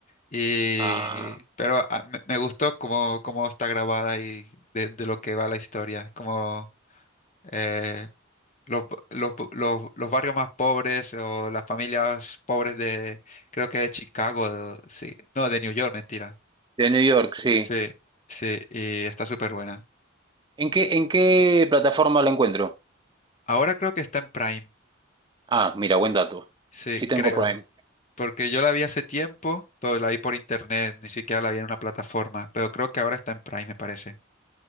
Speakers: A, on the left (about 35°); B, on the right (about 20°).
A: Y,
B: Ah,
A: pero ah, me, me gustó cómo, cómo está grabada y de, de lo que va la historia. Como eh, los, los, los, los barrios más pobres o las familias pobres de, creo que de Chicago, de- sí. No, de New York, mentira.
B: de New York, sí.
A: Sí, sí, y está súper buena.
B: ¿En qué, en qué plataforma la encuentro?
A: Ahora creo que está en Prime.
B: Ah, mira, buen dato.
A: Sí,
B: Sí tengo
A: creo.
B: Prime.
A: Porque yo la vi hace tiempo, pero la vi por internet, ni siquiera la vi en una plataforma. Pero creo que ahora está en Prime, me parece.